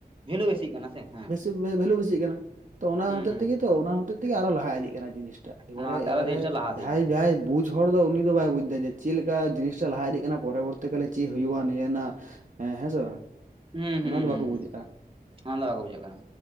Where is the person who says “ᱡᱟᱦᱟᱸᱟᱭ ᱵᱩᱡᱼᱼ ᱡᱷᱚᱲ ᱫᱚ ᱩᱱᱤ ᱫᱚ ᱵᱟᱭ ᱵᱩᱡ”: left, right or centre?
Right